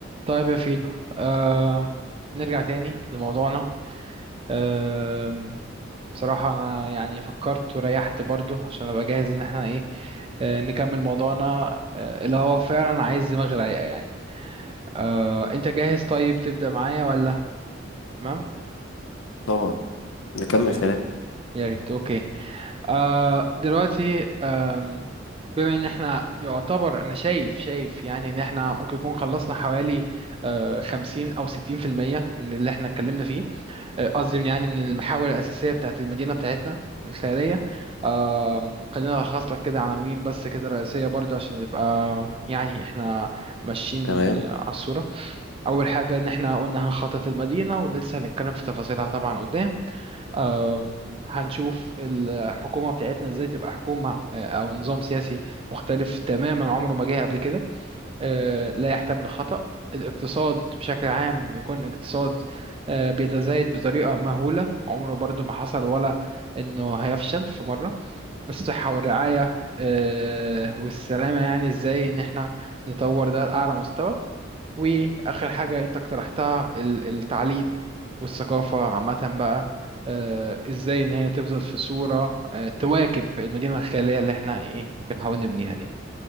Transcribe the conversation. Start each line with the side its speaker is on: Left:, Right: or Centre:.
Right: طيب يا فيلو آم، نرجع تاني لموضوعنا آم، بصراحة أنا يعني فكرت وريحت برضو عشان أبقى جاهز إن احنا إيه آه، نكمل موضوعنا آه، اللي هو فعلا عايز دماغ رايقة يعني آه، أنت جاهز طيب تبدأ معايا ولا تمام
Left: طبعا نكمل
Right: تمام
Left: كلام
Right: يا ريت أوكي آه، دلوقتي آم، بما إن احنا يعتبر أنا شايف شايف يعني إن احنا ممكن نكون خلصنا حوالي آه، خمسين أو ستين في المية من اللي احنا اتكلمنا فيه آه، قصدي من- يعني من المحاور الأساسية بتاعت المدينة بتاعتنا الخيالية آم، خلينا ألخص لك كده عناوين بس كده رئيسية برضو عشان يبقى يعني احنا ماشيين
Left: تمام
Right: آه، على الصورة أول حاجة إن احنا قلنا هنخطط المدينة ولسه هنتكلم في تفاصيلها طبعا قدام آم، هنشوف الحكومة بتاعتنا إزاي تبقى حكومة آه، أو نظام سياسي مختلف تماما عمره ما جه قبل كده آه، لا يحتمل الخطأ الاقتصاد بشكل عام يكون اقتصاد آه، بيتزايد بطريقة مهولة عمره برضو ما حصل ولا إنه هيفشل في مرة الصحة والرعاية آه، والسلامة يعني إزاي إن إحنا نطور ده لأعلى مستوى وآخر حاجة أنت اقترحتها ال- التعليم والثقافة عامة بقى آه، إزاي إن هي تفضل في صورة آه، تواكب المدينة الخيالية اللي إحنا إيه بنحاول نبنيها دي